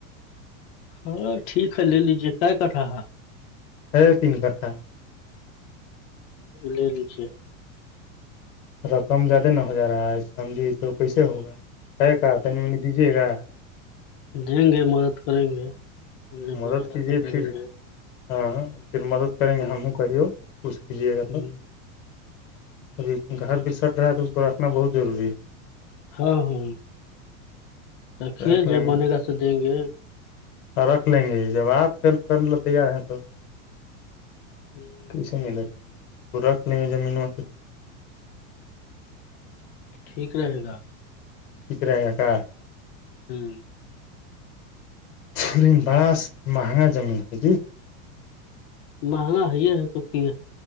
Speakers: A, on the left (about 45°); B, on the left (about 85°).
A: ہاں ٹیک ہے لے لیجیے کا کھا ہےاں
B: ہے تین کھا
A: لے لیچے
B: رقم زیادہ نہ ہو جا رہا ہے سمجھی تو کیسے ہوگا ہے کا تنی منی دیجیے گا
A: دیں گے مدد کریں گے جب
B: مدد
A: بنے گا
B: کیجیے
A: س کریں
B: پھر
A: گے
B: ہاں پھر مدد کریں گے
A: ہ
B: ہم کہیو کچھ کیجیے گا
A: ہ
B: تو ابھی گھر بسٹ رہ ہے تو اس کو رکھنا بہت ضروری ہے
A: ہاں ہاں رکھیے
B: ہے رکھ لیں
A: جو بنے
B: گے
A: گا س دیں گے
B: اور رکھ لیں گے جب آپ ہیلپ
A: ہوں،
B: کرنے ل تیار ہیں تو
A: ہوں،
B: کے نہیں لکھیں گے اس کو رکھ لیں گے زمین میں ٹھیک
A: ٹھیک رہے گا
B: ٹھیک رہے گا کا
A: ہوں
B: فھلیین بس مہگا زمین ہے کہ
A: مہنگا ہے یہ ہے تو کی